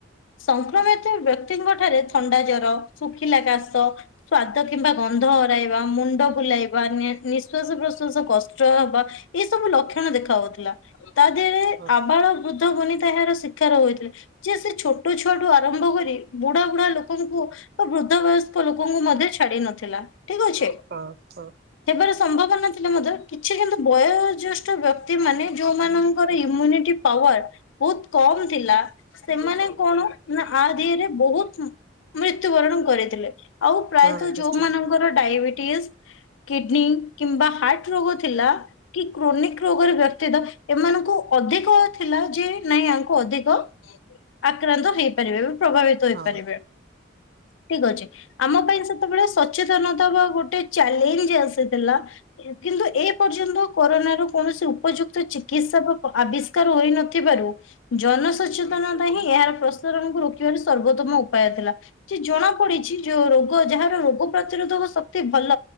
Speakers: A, on the left (about 85°); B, on the right (about 55°).
A: ସଂକ୍ରମିତ ବ୍ୟକ୍ତିଙ୍କ ଠାରେ ଥଣ୍ଡା ଜର ଶୁଖିଲା କାଶ ସ୍ଵାଦ କିମ୍ବା ଗନ୍ଧ ହରାଇବା ମୁଣ୍ଡ ବୁଲାଇବା ନି ନିଶ୍ୱାସ ପ୍ରଶ୍ଵାସ କଷ୍ଟ ହବା ଇଏ ସବୁ ଲକ୍ଷଣ ଦେଖା ହଉଥିଲା ତା ଧିଏରେ
B: ହଁ
A: ଆବାଳ ବୃ ଦ୍ଧ ବନିତା ଏହାର ଶିକାର ହଉଥିଲେ ଯେ ସେ ଛୋଟ ଛୁଆଠୁ ଆରମ୍ଭ କରି ବୁଢା ବୁଢା ଲୋ କଙ୍କୁ ବା ବୃଦ୍ଧ ବୟସ୍କ ଲୋକଙ୍କୁ ମଧ୍ୟ ଛାଡି ନଥିଲା ଠିକ୍ ଅଛି।
B: ହଁ ହଁ
A: ହେବାର ସମ୍ଭବ ନ ଥିଲେ ମଧ୍ୟ କିଛି କିନ୍ତୁ ବୟଜ୍ୟେଷ୍ଠ ବ୍ୟକ୍ତିମାନେ ଯୋଉମାନଙ୍କର ଇମୁନିଟି ପାୱାର ବୋହୁତ କମ୍ ଥିଲା ସେମାନେ କଣ ନା ଆ ଧିଏରେ ବୋହୁତ ଉଁ ମୃତ୍ୟୁବରଣ କରିଥିଲେ ଆଉ ପ୍ରାୟତଃ
B: ହଁ ନିଶ୍ଚିତ
A: ଯୋଉମାନଙ୍କର ଡାଇବେଟିସ୍ କିଡନୀ କିମ୍ବା ହାର୍ଟ ରୋଗ ଥିଲା କି କ୍ରୋନିକ ହୁଁ ରୋଗରେ ବ୍ୟଥିତ ଏମାନଙ୍କୁ ଅଧିକ ଥିଲା ଯେ ନାଇଁ ଆଙ୍କୁ ଅଧିକ ଆକ୍ରାନ୍ତ ହେଇପାରିବେ। ପ୍ରଭାବିତ ହେଇପାରିବେ।
B: ହଁ
A: ଠିକ୍ ଅଛି ଆମ ପାଇଁ ସେତେବେଳେ ସଚେତନତା ବା ଗୋଟେ ଚ୍ୟାଲେଞ୍ଜ୍ ଆସିଥିଲା କିନ୍ତୁ ଏ ପର୍ଯ୍ୟନ୍ତ କରୋନାର କୌଣସି ଉପଯୁକ୍ତ ଚିକିତ୍ସା ବା ପ ଆବିଷ୍କାର ହୋଇ ନଥି ତିବାରୁ ଜନସଚେତନତା ହିଁ ଏହାର ପ୍ରସାରଣକୁ ରୋକିବାର ସର୍ବୋତ୍ତମ ଉପାୟ ଥେଲା। ଯେ ଜଣା ପଡିଛି ଯୋଉ ରୋଗ ଯାହାର ରୋଗ ପ୍ରତିରୋଧକ ଶକ୍ତି ଭଲ